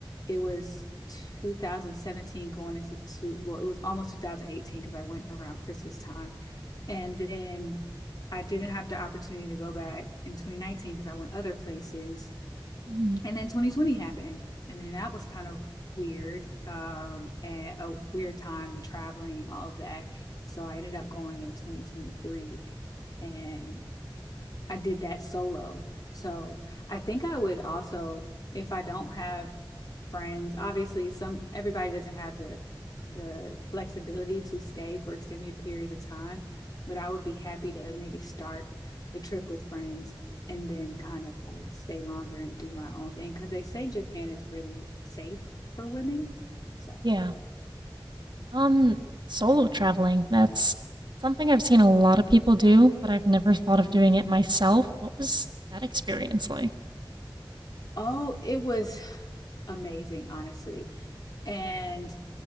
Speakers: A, on the left (about 50°); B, on the right (about 65°).
A: it was 2017 going into two, well, it was almost 2018 because I went around Christmas time. And then I didn't have the opportunity to go back in 2019 because I went other places.
B: Mhm.
A: And then 2020 happened. And then that was kind of weird um, and a weird time and traveling and all of that. So I ended up going in 2023 and I did that solo. So I think I would also, if I don't have friends, obviously some everybody doesn't have the the flexibility to stay for extended periods of time, but I would be happy to maybe start the trip with friends and then kind of like stay longer and do my own thing because they say Japan is really safe for women. So,
B: Yeah. Um, solo traveling, that's something I've seen a lot of people do, but I've never thought of doing it myself. What was that experience like?
A: oh, it was amazing, honestly. And